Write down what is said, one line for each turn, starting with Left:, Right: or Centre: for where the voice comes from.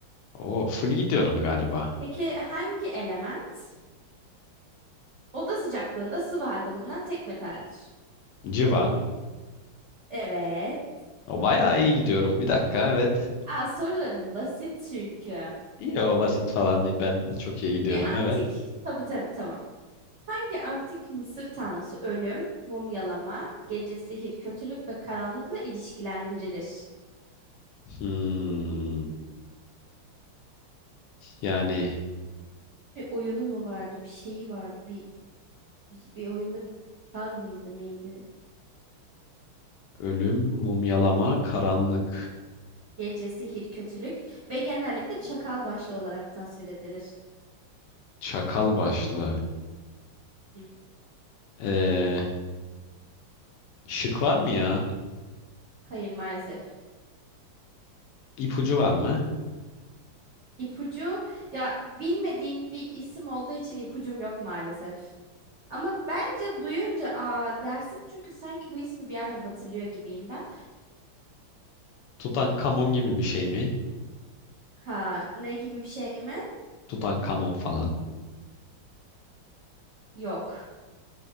Left: O full gidiyorum galiba.
Right: Peki hangi element oda sıcaklığında sıvı halde bulunan tek metaldir?
Left: Civa.
Right: Evet.
Left: O bayağı iyi gidiyorum. Bir dakika evet.
Right: Aa, sorularım basit çünkü.
Left: İyi o basit falan değil. Ben çok iyi gidiyorum
Right: Ki antik
Left: evet.
Right: tabii tabii tamam. Hangi antik Mısır tanrısı ölüm, mumyalama, gece sihir, kötülük ve karanlıkla ilişkilendirilir?
Left: Hmm, yani
Right: Bir oyunu mu vardı, bir şeyi vardı, bir, bir, bir oyunda bir var mıydı, neydi?
Left: Ölüm, mumyalama, karanlık,
Right: Gece sihir, kötülük ve genellikle çakal başlı olarak tasvir edilir.
Left: çakal başlı.
Right: Hı.
Left: Ee, şık var mı ya?
Right: Hayır maalesef.
Left: İpucu var mı?
Right: İpucu ya bilmediğim bir isim olduğu için ipucum yok maalesef. Ama bence duyunca aa dersin çünkü sanki bu ismi bir yerden hatırlıyor gibiyim ben.
Left: Tutankamon gibi bir şey mi?
Right: Ha ne gibi bir şey mi?
Left: Tutankamon falan.
Right: Yok.